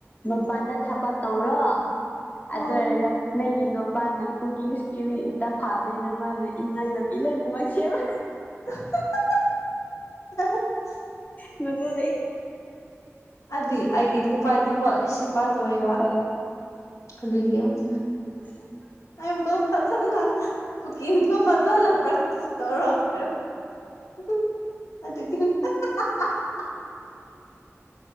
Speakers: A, on the left; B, on the left.
A: ꯃꯄꯥꯟꯗ ꯊꯕꯛ ꯇꯧꯔꯣ ꯑꯗꯨ
B: ꯎꯝ
A: ꯑꯣꯏꯔꯒ ꯅꯪꯒꯤ ꯅꯨꯄꯥꯅ ꯀꯨꯀꯤꯡ ꯏꯁꯀꯤꯜꯗ ꯊꯥꯕꯅꯤꯅ ꯃꯥꯅ ꯏꯟꯖꯥꯡ ꯅꯥꯄꯤ ꯂꯣꯏꯅꯃꯛ ꯁꯦꯝꯕ
B: <unintelligible>
A: ꯃꯗꯨ
B: ꯑꯗꯨ ꯑꯩꯒꯤ ꯅꯨꯄꯥꯗꯤꯀꯣ ꯁꯤꯄꯥ ꯇꯧꯋꯦꯕ
A: ꯍꯣꯏ
B: ꯑꯗꯨꯒꯤ ꯑꯃ
A: <unintelligible>
B: <unintelligible> ꯑꯗꯨꯗꯒꯤ